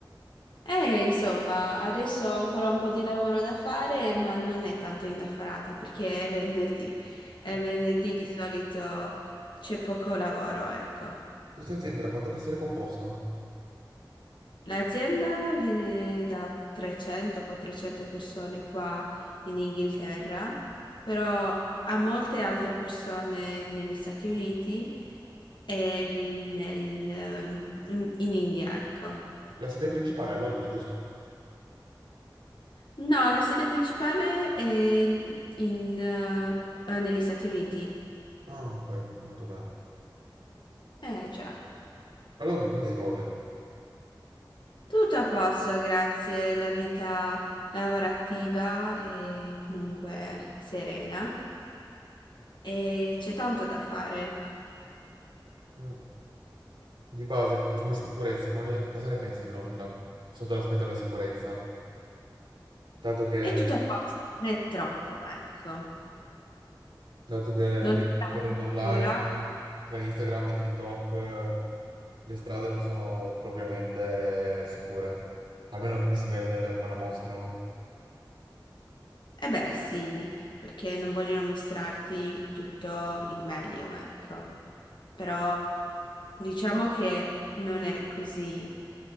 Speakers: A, on the left (about 70°); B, on the right (about 80°).
A: Eh, insomma, adesso ho ancora un po' di lavoro da fare, ma non è tanto indaffarato perché è venerdì e
B: Mm.
A: venerdì di solito c'è poco lavoro, ecco.
B: Questa azienda da quante persone è composta?
A: L'azienda viene da 300-400 persone qua in Inghilterra, però ha molte altre persone negli Stati Uniti e nel- ehm, in in India, ecco.
B: La sede principale è a Londra, giusto?
A: No, la sede principale è in, eh, eh, negli Stati Uniti.
B: Ah, ok, molto bene.
A: Eh già.
B: A Londra come ti trovi?
A: Tutto a posto, grazie. La vita lavorativa è comunque serena e c'è tanto da fare.
B: Mm. Di base, come sicurezza, come ne- cosa ne pensi di Londra? Sotto l'aspetto della sicurezza? Dato che...
A: È tutto a posto, non è troppo, ecco.
B: dato che
A: Non
B: vi-
A: è tanto
B: vedendo online
A: scura.
B: tra Instagram e TikTok eh, le strade non sono propriamente sicure, almeno da come si vede, da come la mostrano.
A: Eh beh, sì, perché non vogliono mostrarti tutto il meglio, ecco. Però diciamo che non è così,